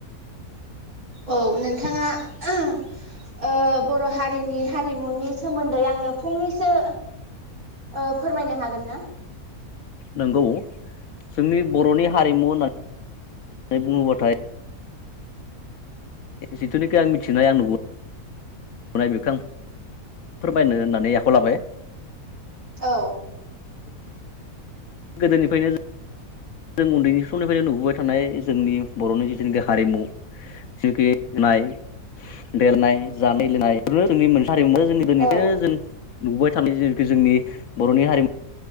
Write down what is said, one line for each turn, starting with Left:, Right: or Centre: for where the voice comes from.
Right: औ नोंथाङा ओ बर' हारिनि हारिमुनि सोमोन्दै आंनो फंनैसो ओ फोरमायनो हागोन ना?
Left: नंगौ जोंनि बर'नि हारिमु होनना नै बुङोबाथाय जिथुनिखि आं मिथिनाय आं नुबो नाय बेखो आं फोरमायनो होननानै आखायाव लाबाय
Right: औ
Left: गोदोनिफायनो जों उन्दैनि समनिफायनो नुबोबाय थानाय जोंनि बर'नि जिथुनाखि हारिमु जिफि नाय देलनाय जानाय लोंनाय बबो जोंनि मोनस हारिमुआ जोंनि गोदोनिफ्रायनो
Right: औ
Left: जों नुबोबाय थानाय जिनिखि जोंनि बर'नि हारि